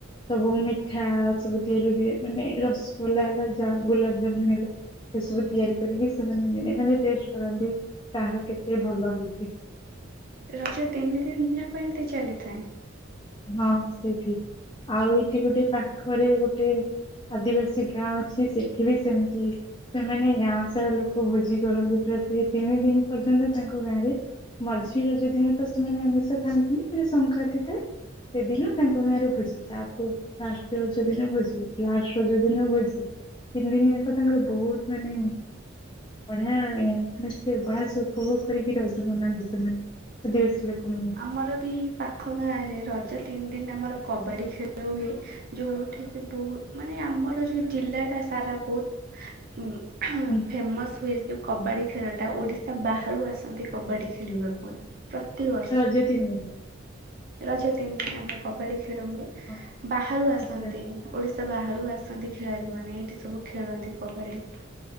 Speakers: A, on the left; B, on the right.
A: ସବୁ ମିଠା ସବୁ ତିଆରି ହୁଏ ମାନେ, ରସଗୋଲା ହେଲା, ଯା, ଗୋଲାପ ଜାମୁନ୍ ହେଲା ଏ ସବୁ ତିଆରି କରିକି ସେମାନେ ମାନେ ଟେଷ୍ଟ କରନ୍ତି, କାହାର କେତେ ଭଲ ହେଇଛି?
B: ରଜ ତିନି ଦିନ ଯାଁକ ଏମିତି ଚାଲିଥାଏ?
A: ହଁ, ସେଇଠି। ଆଉ, ଏଇଠି ଗୋଟେ ପାଖରେ ଗୋଟେ ଆଦିବାସୀ ଗାଁ, ଅଛି ସେଠି ବି ସେମିତି ସେମାନେ ଗାଁ ସାରା ଲୋକ ଭୋଜି କରନ୍ତି, ପୁରା ସେଇ ତିନି ଦିନ ପର୍ଯ୍ୟନ୍ତ, ତାଙ୍କ ଗାଁ ରେ ମଝିରେ ଯଉଦିନ ତ ସେମାନେ ଆମିଷ ଖାଆନ୍ତିନି। ସେଟା ସଂକ୍ରାନ୍ତି ଥାଏ। ସେଦିନ ତାଙ୍କ ଗାଁ ରେ ଭୋଜି ତା 'ପୁର୍ ଫାର୍ଷ୍ଟ ରଜ ଦିନ ଭୋଜି, ଲାଷ୍ଟ ରଜ ଦିନ ଭୋଜିି। ତିନିଦିନ ଆଙ୍କ, ତାଙ୍କର ବହୁତ ମାନେ ବଢିଆରେ! ମାନେ ସେ ବଢିଆ ସେ ଉପଭୋଗ କରିକି ରଜ ମନାନ୍ତି ସେମାନେ। ଆଦିବାସୀ ଲୋକ ମାନେ।
B: ଆମର ବି ପାଖ ଗାଁରେ ରଜ ତିନି ଦିନ ଆମର କବାଡ଼ି ଖେଳ ହୁଏ। ଯୋଉଠି କିି ବହୁତ ମାନେ ଆମର ଯୋଉ ଜିଲ୍ଲାଟା ସାରା ବହୁତ ଉଁ
A: ହୁଁ,
B: ଫେମସ୍ ହୁଏ ଚୁ କବାଡି ଖେଳଟା ଓଡିଶା ବାହାରୁ ଆସନ୍ତି, କବାଡି ଖେଳିବା ପାଇଁ, ପ୍ରତିିବ
A: ରଜ ତିିନି ଦିନି।
B: ରଜ ତିନି ଦିନ ଆମର କବାଡି ଖେଳ ହୁଏ।
A: ହଁ,
B: ବାହାରୁ ଆସନ୍ତି
A: ଆଚ୍ଛା
B: ଓଡିଶା ବାହାରୁ ଆସନ୍ତି ଖେଳାଳି ମାନେ ଏଇଠି ସବୁ ଖେଳନ୍ତି କବାଡି।